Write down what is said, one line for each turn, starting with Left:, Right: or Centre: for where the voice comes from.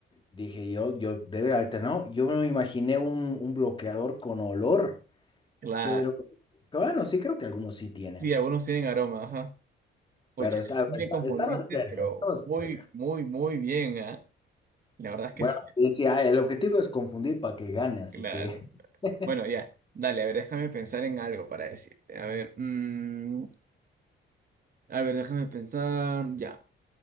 Left: dije yo, yo debe haber alternado. Yo no me imaginé un, un bloqueador con olor,
Right: Claro,
Left: pero pero bueno, sí creo que algunos sí tienen,
Right: sí, algunos tienen aroma, ajá. Pucha,
Left: pero está,
Right: ahí sí me
Left: está-
Right: confundiste,
Left: estabas cerca,
Right: pero
Left: estabas
Right: muy,
Left: cerca.
Right: muy, muy bien, ¿ah? La verdad es
Left: Bueno,
Right: que sí,
Left: yo decía, "Ah, el objetivo es confundir para que gane, así
Right: claro.
Left: que <laughs>
Right: Bueno, ya, dale, a ver, déjame pensar en algo para decirte. A ver, mm, a ver, déjame pensar, ya.